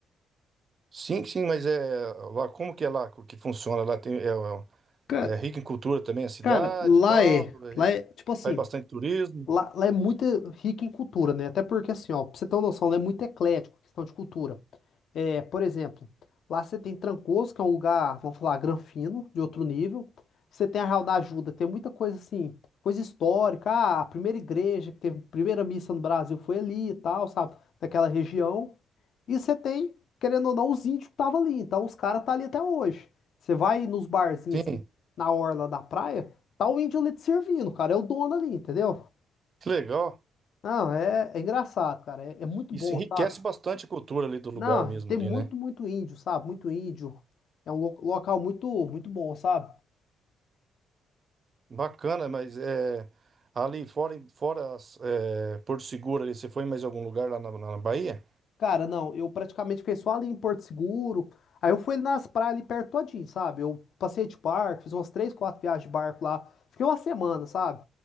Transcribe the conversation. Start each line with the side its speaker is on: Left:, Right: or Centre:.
Right: Sim, sim, mas é lá como que é lá que funciona? Lá tem é, é-
Left: Cara,
Right: é rica em cultura também a cidade,
Left: cara, lá
Right: e tal.
Left: é,
Right: é-
Left: lá é, Tipo assim,
Right: Faz bastante turismo.
Left: Lá, lá é muito rica em cultura, né? Até porque, assim, ó, pra você ter uma noção, lá é muito eclético, questão de cultura. É, por exemplo, lá você tem Trancoso, que é um lugar, vamos falar, granfino, de outro nível. Você tem a Real da Ajuda, que tem muita coisa, assim, coisa histórica. Ah, a primeira igreja, que teve a primeira missa no Brasil foi ali e tal, sabe? Naquela região. E você tem, querendo ou não, os índios que estavam ali. Então, os caras tá ali até hoje. Você vai nos barzinhos,
Right: Sim,
Left: assim, na orla da praia, tá o índio ali te servindo, cara. É o dono ali, entendeu?
Right: que legal.
Left: Não, é, é engraçado, cara. É, é muito
Right: Isso
Left: bom,
Right: enriquece
Left: sabe?
Right: bastante a cultura ali do lugar
Left: Não,
Right: mesmo
Left: tem
Right: ali,
Left: muito,
Right: né?
Left: muito índio, sabe? Muito índio. É um lo- local muito, muito bom, sabe?
Right: Bacana, mas é ali fora fora as, é, Porto Seguro ali, você foi em mais algum lugar lá na, na Bahia?
Left: Cara, não, eu praticamente fiquei só ali em Porto Seguro. Aí eu fui nas praias ali perto todinho, sabe? Eu passei de barco, fiz umas três, quatro viagens de barco lá. Fiquei uma semana, sabe?